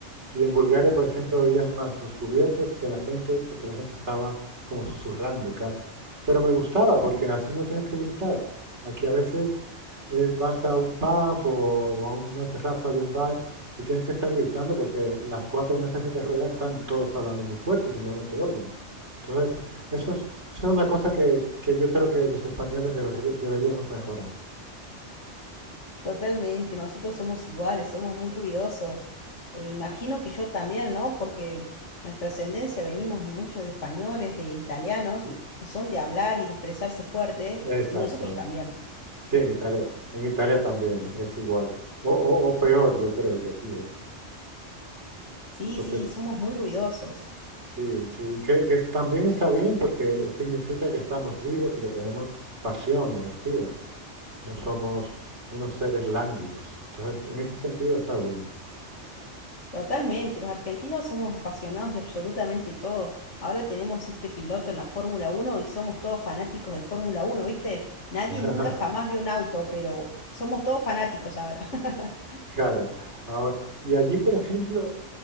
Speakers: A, on the right; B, on the left.
A: Y en Bulgaria, por ejemplo, oías más los cubiertos que la gente, porque la gente estaba como susurrando casi. Pero me gustaba porque así no tienes que gritar. Aquí a veces eh, vas a un pub o a una terraza de un bar y tienes que estar gritando porque las cuatro mesas que te rodean están todos hablando muy fuerte y si no, no te oyen. Entonces, eso es, eso es una cosa que, que yo creo que los españoles deberí- deberíamos mejorar.
B: Totalmente, nosotros somos iguales, somos muy ruidosos. E imagino que yo también, ¿no? Porque nuestra ascendencia venimos mucho de españoles, de italianos,
A: Y-
B: que son de hablar y de expresarse fuerte,
A: Exactamente.
B: y nosotros también.
A: Sí, en Italia, en Italia también es igual. O, o- o peor, yo creo que aquí, ¿eh?
B: Sí,
A: Porque
B: sí, somos muy ruidosos.
A: sí, sí, que, que es- también está bien porque significa que estamos vivos y que tenemos pasión y energía. No somos unos seres lánguidos. Entonces, en ese sentido está bien.
B: Totalmente, los argentinos somos apasionados de absolutamente todo. Ahora tenemos este piloto en la Fórmula Uno y somos todos fanáticos de Fórmula Uno, ¿viste? Nadie
A: <laughs>
B: nunca jamás vio un auto, pero somos todos fanáticos ahora. <laughs>
A: Claro. Ahora, y allí, por ejemplo,